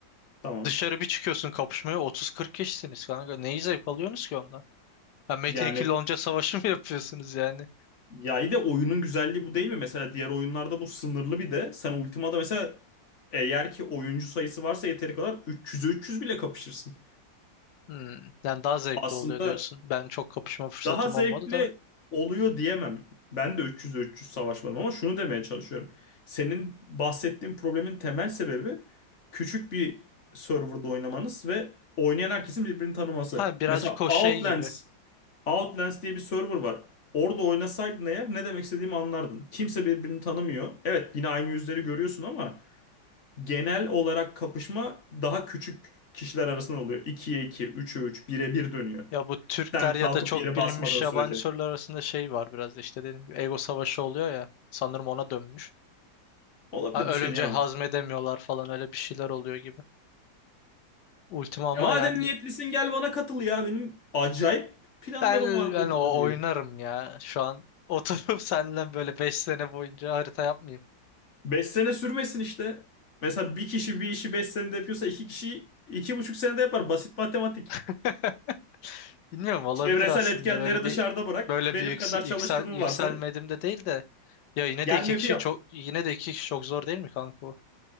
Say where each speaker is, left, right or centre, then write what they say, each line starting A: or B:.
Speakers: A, on the left; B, on the left.
A: Tamam.
B: Dışarı bir çıkıyorsun kapışmaya 30-40 kişisiniz kanka. Neyi zevk alıyorsunuz ki ondan? Ya Metin
A: Yani
B: ikili onca savaşı mı <laughs> yapıyorsunuz yani?
A: Ya iyi de oyunun güzelliği bu değil mi? Mesela diğer oyunlarda bu sınırlı bir de. Sen Ultima'da mesela eğer ki oyuncu sayısı varsa yeteri kadar 300'e 300 bile kapışırsın.
B: Hmm, yani daha zevkli
A: Aslında
B: oluyor diyorsun. Ben çok kapışma fırsatım
A: daha zevkli
B: olmadı da.
A: oluyor diyemem. Ben de 300-300 savaşmadım ama şunu demeye çalışıyorum. Senin bahsettiğin problemin temel sebebi küçük bir serverda oynamanız ve oynayan herkesin birbirini tanıması.
B: Ha birazcık
A: Mesela
B: o
A: Outlands,
B: şey gibi.
A: Outlands diye bir server var. Orada oynasaydın eğer ne demek istediğimi anlardın. Kimse birbirini tanımıyor. Evet yine aynı yüzleri görüyorsun ama genel olarak kapışma daha küçük kişiler arasında oluyor. 2'ye 2, 3'e 3, bire bir dönüyor.
B: Ya bu Türkler
A: Sen kalkıp
B: ya da çok
A: yere basmadığın
B: bilinmiş yabancı
A: sürece.
B: sorular arasında şey var biraz da işte dediğim gibi ego savaşı oluyor ya. Sanırım ona dönmüş.
A: Olabilir
B: Ha, Ölünce
A: bir şey diyemem.
B: hazmedemiyorlar falan öyle bir şeyler oluyor gibi. Ultima
A: Ya
B: ama
A: madem
B: yani
A: niyetlisin gel bana katıl ya. Benim acayip planlarım
B: ben,
A: var bu
B: ben
A: ultimayla
B: o
A: ilgili.
B: oynarım ya. Şu an oturup <laughs> seninle böyle 5 sene boyunca harita yapmayayım.
A: 5 sene sürmesin işte. Mesela bir kişi bir işi 5 senede yapıyorsa iki kişi iki buçuk senede yapar. Basit matematik.
B: <laughs> Bilmiyorum olabilir
A: Çevresel
B: aslında
A: etkenleri
B: böyle
A: dışarıda
B: bir
A: bırak.
B: böyle
A: Benim
B: bir yüksel,
A: kadar
B: yüksel
A: çalıştığımı
B: yükselmedim
A: varsay.
B: de değil de ya yine de
A: Gel
B: iki
A: map'i
B: kişi
A: yap.
B: çok yine de iki kişi çok zor değil mi kanka bu?